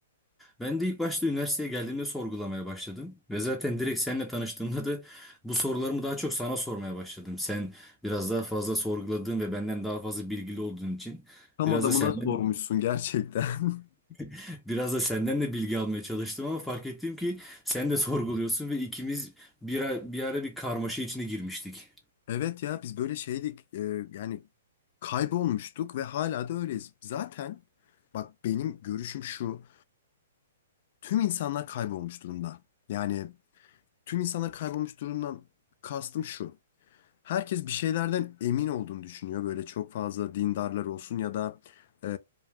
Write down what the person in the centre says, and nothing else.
Ben de ilk başta üniversiteye geldiğimde sorgulamaya başladım. Ve zaten direkt seninle tanıştığımda da bu sorularımı daha çok sana sormaya başladım. Sen biraz daha fazla sorguladığın ve benden daha fazla bilgili olduğun için
biraz
da senden
<laughs> biraz da senden de bilgi almaya çalıştım ama fark ettim ki sen de sorguluyorsun ve ikimiz bir ara, bir ara bir karmaşa içine girmiştik.